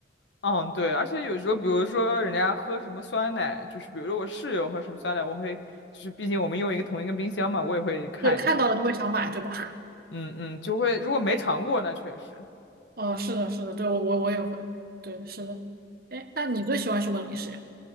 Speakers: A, on the left (about 70°); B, on the right (about 50°).
A: 嗯，对，而且有时候，比如说人家喝什么酸奶，就是比如说我室友喝什么酸奶，我会就是毕竟我们用一个同一个冰箱嘛，我也会看一下。
B: <laughs> 就看到了就会想买，对吧？
A: 嗯嗯，就会如果没尝过，那确实。
B: <laughs> 哦，是的，是的，对，我我我也会，对，是的。哎，那你最喜欢什么零食呀？